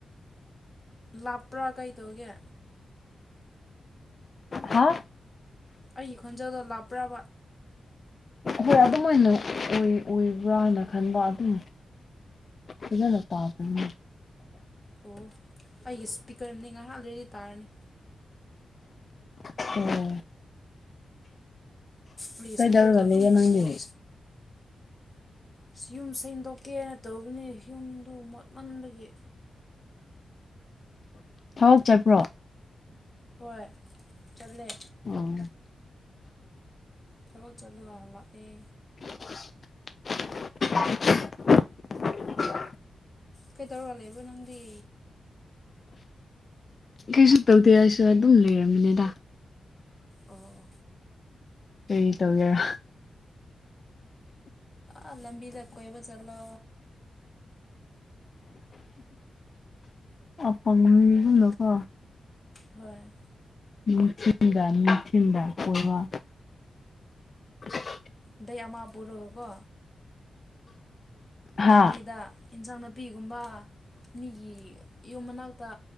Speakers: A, on the left (about 20°); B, on the left (about 45°).
A: ꯂꯥꯞꯄ꯭ꯔꯥ ꯀꯩꯇꯧꯒꯦ
B: ꯍꯥ
A: ꯑꯩꯒꯤ ꯈꯣꯟꯖꯦꯜꯗꯣ ꯂꯥꯞꯄ꯭ꯔꯕ
B: ꯍꯣꯏ ꯑꯗꯨꯃꯥꯏꯅ ꯑꯣꯏ ꯑꯣꯏꯕ꯭ꯔꯥꯅ ꯈꯟꯕ ꯑꯗꯨꯝ ꯐꯖꯅ ꯇꯥꯗꯦꯅꯦ
A: ꯑꯣ ꯑꯩꯒꯤ ꯏꯁꯄꯤꯀꯔꯅꯤ ꯉꯥꯏꯍꯥꯛ ꯂꯩꯗꯤ ꯇꯥꯔꯅꯤ
B: ꯎꯝ
A: ꯑꯩꯒꯤ
B: ꯀꯩꯗꯧꯔꯝꯃꯤꯅꯣ
A: ꯏꯁꯄꯤꯀꯔꯗꯣ ꯑꯗꯨꯝ
B: ꯅꯪꯒꯤꯗꯤ
A: ꯀꯣꯜ ꯑꯁ ꯌꯨꯝ ꯁꯦꯡꯗꯣꯛꯀꯦꯅ ꯇꯧꯕꯅꯤ ꯌꯨꯝꯗꯨ ꯃꯣꯠꯃꯟꯕꯒꯤ
B: ꯊꯕꯛ ꯆꯠꯄ꯭ꯔꯣ
A: ꯍꯣꯏ ꯆꯜꯂꯦ
B: ꯑꯣ
A: ꯊꯕꯛ ꯆꯠꯂꯒ ꯍꯜꯂꯛꯑꯦ
B: <unintelligible>
A: ꯀꯩꯗꯧꯔ ꯂꯩꯕ꯭ꯔꯣ ꯅꯪꯗꯤ
B: ꯀꯩꯁꯨ ꯇꯧꯗꯦ ꯑꯩꯁꯨ ꯑꯗꯨꯝ ꯂꯩꯔꯝꯃꯤꯅꯦꯗ
A: ꯑꯣ
B: ꯀꯔꯤ ꯇꯧꯒꯦꯔꯥ
A: ꯑꯥ ꯂꯝꯕꯤꯗ ꯀꯣꯏꯕ ꯆꯠꯂꯣ
B: ꯑꯄꯪꯕꯤꯅꯤꯅꯥꯀꯣ
A: ꯍꯣꯏ
B: ꯃꯤꯆꯤꯟꯗ ꯃꯤꯆꯤꯟꯗ ꯀꯋꯥ <unintelligible>
A: ꯗꯩ ꯑꯃ ꯄꯨꯔꯒꯀꯣ
B: ꯍꯥ
A: ꯂꯝꯕꯤꯗ ꯏꯟꯖꯥꯡ ꯅꯥꯄꯤꯒꯨꯝꯕ ꯃꯤꯒꯤ ꯌꯨꯝ ꯃꯅꯥꯛꯇ